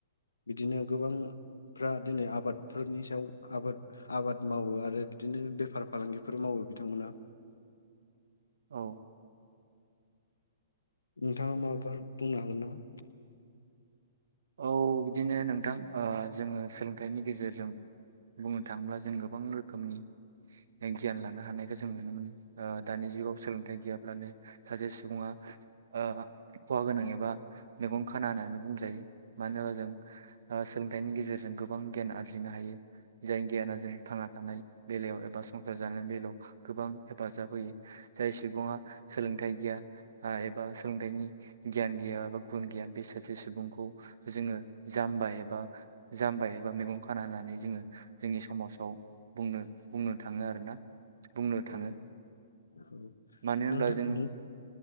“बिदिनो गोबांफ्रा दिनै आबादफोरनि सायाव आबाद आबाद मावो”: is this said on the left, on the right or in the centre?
Left